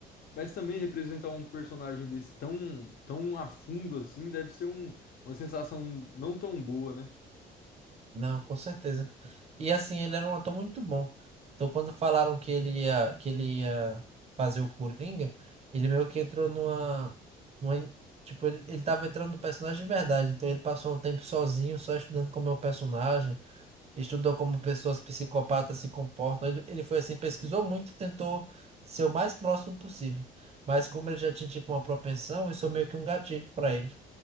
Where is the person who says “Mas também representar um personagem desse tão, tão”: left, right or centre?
Left